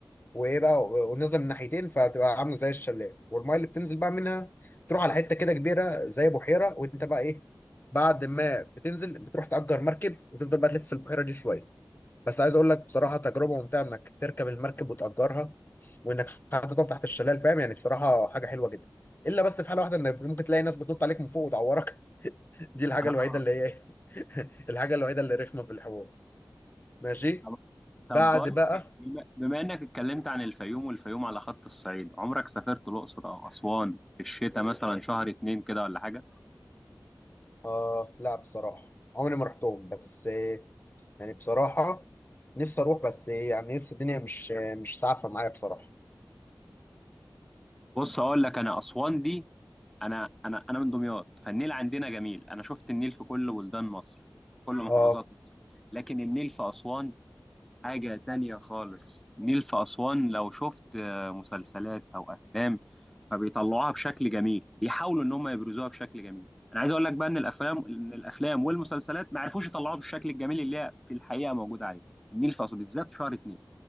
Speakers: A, on the left; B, in the centre.
A: وايه بقى و- ونازله من ناحيتين فبتبقى عامله زي الشلال والميه اللي بتنزل بقى منها تروح على حته كده كبيره زي بحيره وانت بقى ايه بعد ما بتنزل بتروح تأجر مركب وتفضل بقى تلف في البحيره دي شويه بس عايز اقول لك بصراحه تجربه ممتعه انك تركب المركب وتأجرها وانك حتى تقف تحت الشلال فاهم يعني بصراحه حاجه حلوه جدا الا بس في حاله واحده انك ممكن تلاقي ناس بتنط عليك من فوق وتعورك دي الحاجة
B: <laughs> آه.
A: الوحيدة اللي هي إيه؟ <laughs> الحاجة الوحيدة اللي رخمة في الحوار ماشي
B: طب
A: بعد
B: طب بقول
A: بقى
B: لك إيه، بما بما إنك اتكلمت عن الفيوم والفيوم على خط الصعيد عمرك سافرت الأقصر أو أسوان في الشتاء مثلا شهر اتنين كده ولا حاجة؟
A: آه لا بصراحة عمري ما رحتهم بس آه، يعني بصراحة نفسي أروح بس آه، يعني لسه الدنيا مش آه، مش سعفة معايا بصراحة
B: بص أقول لك أنا أسوان دي انا انا انا من دمياط فالنيل عندنا جميل انا شفت النيل في كل بلدان مصر في كل محافظات
A: آه
B: مصر لكن النيل في اسوان حاجة تانية خالص النيل في اسوان لو شفت آه، مسلسلات او افلام فبيطلعوها بشكل جميل بيحاولوا ان هم يبرزوها بشكل جميل انا عايز اقول لك بقى ان الافلام ان الافلام والمسلسلات ما عرفوش يطلعوها بالشكل الجميل اللي هي في الحقيقة موجودة عليه النيل في اسوان بالذات شهر اتنين